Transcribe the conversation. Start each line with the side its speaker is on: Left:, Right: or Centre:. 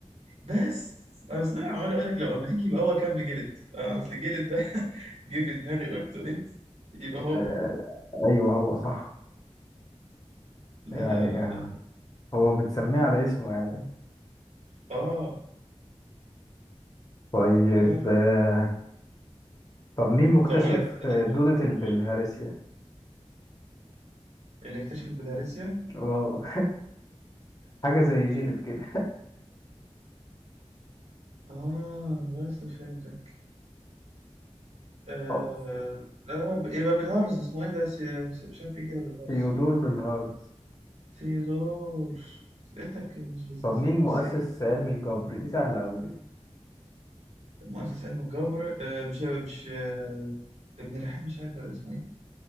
Right: بس اصل انا عمال اقول لك لو امريكي يبقى هو كان بجلد آه، اصل الجلد ده <laughs> جه في دماغي قلت ايه يبقى هو
Left: آه ايوه هو صح
Right: لا
Left: يعني
Right: لا لا
Left: آه
Right: لا
Left: هو متسميه على اسمه يعني
Right: اه
Left: طيب
Right: لا لا
Left: آه طب
Right: مم.
Left: مين مكتشف
Right: طب اقول لك استنى
Left: آه،
Right: سؤال
Left: دودة البلهارسيا
Right: قوله اللي اكتشف البلهارسيا
Left: واو، حاجة زي جيلد كده
Right: اه بس فهمتك آه...
Left: أو
Right: آه... ب- يبقى بالهارز اسمه إيه ده سي... سي- مش عارف إيه كده بالهارز
Left: ثيودور بلهارس
Right: سيزور سألتك مش لذيذة
Left: طب مين
Right: بس
Left: مؤسس
Right: يعني
Left: علم الجبر دي سهلة أوي دي
Right: مؤسس علم الجبر آه... مش مش آه... ابن ريحان مش عارف ولا اسمه إيه